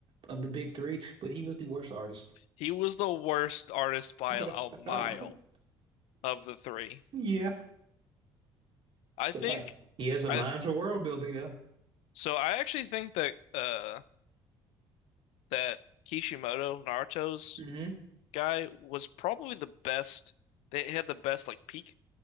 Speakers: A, on the right; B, on the left.
A: of the big three, but he was the worst artist.
B: He was the worst artist by a
A: <laughs>
B: mile of the three.
A: Yeah,
B: I
A: but
B: think
A: hey, he has a mind
B: I
A: for world building though.
B: so I actually think that uh that Kishimoto, Naruto's
A: Mm-hmm.
B: guy was probably the best. They had the best like peak.